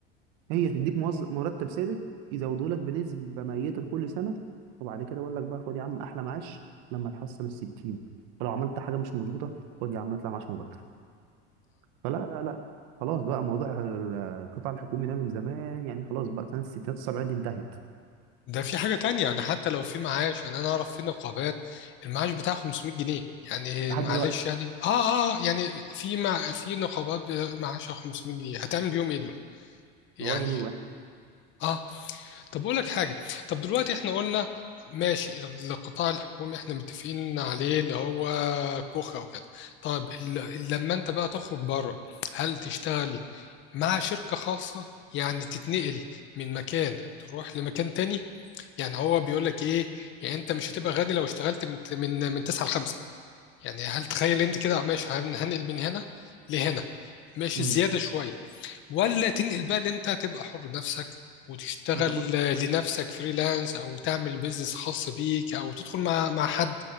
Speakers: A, on the right; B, on the left.
A: هي تديك موظف مرتب ثابت يزودوا لك بنسبه ميته كل سنه وبعد كده يقول لك بقى خد يا عم احلى معاش لما تحصل ال 60 فلو عملت حاجه مش مظبوطه خد يا عم اطلع معاش مبكر فلا لا لا خلاص بقى موضوع ال- القطاع الحكومي ده من زمان يعني خلاص بقى سنه الستينات والسبعينات دي انتهت
B: ده في حاجة تانية يعني حتى لو في معاش يعني أنا أعرف في نقابات المعاش بتاعها 500 جنيه يعني
A: لحد
B: معلش
A: دلوقتي
B: يعني آه آه آه، يعني في مع في نقابات ب- معاشها 500 جنيه هتعمل بيهم إيه دول؟ يعني
A: ولا جميل واحد
B: آه طب أقول لك حاجة طب دلوقتي إحنا قلنا ماشي القطاع الحكومي إحنا متفقين عليه اللي هو كوخة وكده طب ال- لما أنت بقى تخرج بره هل تشتغل مع شركة خاصة يعني تتنقل من مكان تروح لمكان تاني يعني هو بيقول لك ايه يعني انت مش هتبقى غني لو اشتغلت من من من 9 ل 5 يعني هل تخيل انت كده ماشي هن- هنقل من هنا لهنا ماشي
A: مم.
B: زيادة شوية ولا تنقل بقى اللي انت تبقى حر نفسك وتشتغل
A: ما انا بص
B: لنفسك فريلانس او تعمل بيزنس خاص بيك او تدخل مع مع حد